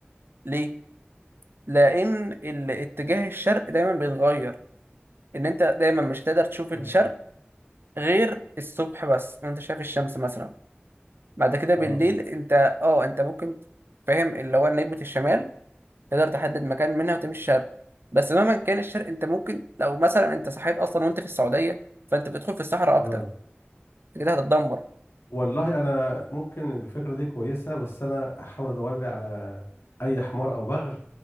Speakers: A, on the right (about 65°); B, on the left (about 85°).
A: ليه؟ لأن الاتجاه الشرق دايما بيتغير إن أنت دايما مش هتقدر تشوف
B: اه
A: الشرق غير الصبح بس وأنت شايف الشمس مثلا بعد كده بالليل
B: اه
A: أنت أه أنت ممكن فاهم اللي هو نجمة الشمال تقدر تحدد مكان منها وتمشي شرق بس مهما كان الشرق أنت ممكن لو مثلا أنت صحيت أصلا وأنت في السعودية فأنت بتدخل في الصحراء أكتر
B: اه
A: أنت كده هتتدمر
B: والله انا ممكن الفكره دي كويسه بس انا احاول ادور لي على اي حمار او بغل